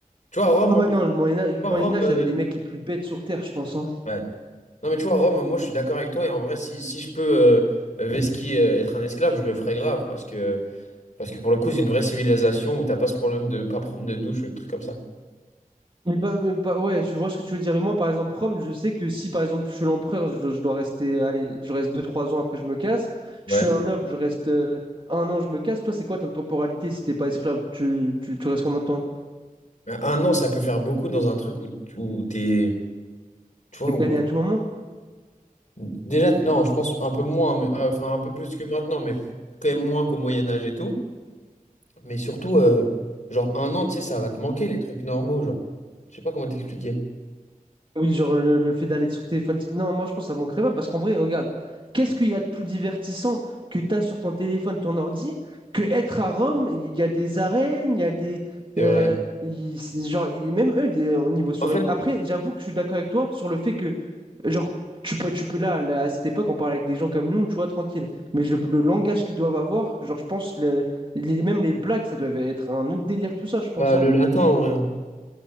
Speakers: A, on the left; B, on the right.
A: Tu vois, Rome,
B: Ah ouais,
A: en plus,
B: non,
A: tu
B: le Moyen Âge, le
A: vois,
B: Moyen
A: Rome,
B: Âge,
A: euh,
B: il y avait les mecs les plus bêtes sur Terre, je pense. hein.
A: ouais. Non, mais tu vois, Rome, moi, je suis d'accord avec toi, et en vrai, si, si je peux euh, vesquy, euh, être un esclave, je le ferais grave, parce que, parce que pour le coup, c'est une vraie civilisation où t'as pas ce problème de pas prendre de douche ou de trucs comme ça.
B: Mais pas- mais pas- ouais, je vois ce que tu veux dire. Mais moi, par exemple, Rome, je sais que si, par exemple, je suis l'empereur, je, dois je dois rester, allez, je reste deux trois ans après, je me casse.
A: Ouais.
B: Je suis un noble, je reste euh, un an, je me casse. Toi, c'est quoi ta temporalité si t'es pas esclave? Tu, tu, tu restes combien de temps?
A: Mais Un an, ça peut faire beaucoup dans un truc où, où t'es. Tu vois,
B: T'es
A: où.
B: gagné à tout moment?
A: Déjà, non, je pense un peu moins, mais euh, enfin un peu plus que maintenant, mais quand même moins qu'au Moyen-Âge et tout. Mais surtout, euh, genre un an, tu sais, ça va te manquer les trucs normaux, genre. Je sais pas comment t'expliquer.
B: Oui, genre le, le fait d'aller sur téléphone. Non, moi je pense que ça manquerait pas parce qu'en vrai, regarde, qu'est-ce qu'il y a de plus divertissant que tu as sur ton téléphone, ton ordi, que être à Rome, il y a des arènes, il y a des.
A: C'est
B: euh,
A: vrai.
B: il- c'est genre, il- même eux, des- au niveau soirée.
A: En fait,
B: Après, j'avoue que je suis d'accord avec toi sur le fait que, genre, tu peux, tu peux là, là, à cette époque, on parlait avec des gens comme nous, tu vois, tranquille. Mais je- le langage qu'ils doivent avoir, genre, je pense, le- les- même les blagues, ça devait être un autre délire, tout ça, je pense.
A: bah,
B: hein.
A: le latin en vrai. hein.